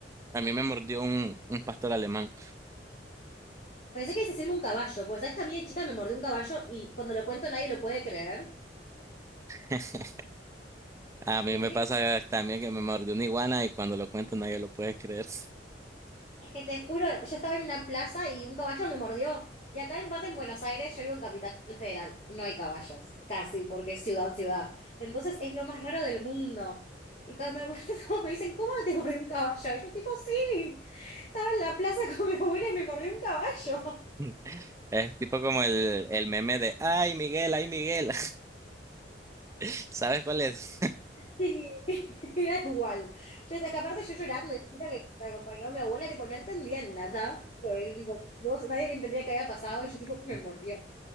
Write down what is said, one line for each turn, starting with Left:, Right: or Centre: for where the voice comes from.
Right: a mí me mordió un, un pastor alemán.
Left: Pensé que es decirme un caballo, pues sabes que a mí de chica me mordió un caballo y cuando lo cuento nadie lo puede creer.
Right: <laughs> A mí
Left: Pensé
Right: me
Left: que
Right: pasa también que me mordió una iguana y cuando lo cuento nadie lo puede creer.
Left: Es que te juro, yo estaba en una plaza y un caballo me mordió. Y acá en parte en Buenos Aires, yo vivo en Capital Federal, no hay caballos, casi, porque es ciudad, ciudad. Entonces es lo más raro del mundo. Y cuando me cuentan, <laughs> todos me dicen, ¿cómo te mordió un caballo? Y yo tipo, sí, estaba en la plaza con mi abuela y me mordió un caballo.
Right: <laughs> Es tipo como el, el meme de, ay, Miguel, ay, Miguel. <laughs> ¿Sabes cuál es?
Left: Y <laughs> era igual. Yo, es que aparte yo llorando, y la chica que me acompañó mi abuela, tipo, no entendía nada. Pues, tipo, no- nadie me entendía qué había pasado y yo tipo,
Right: <laughs>
Left: me mordió.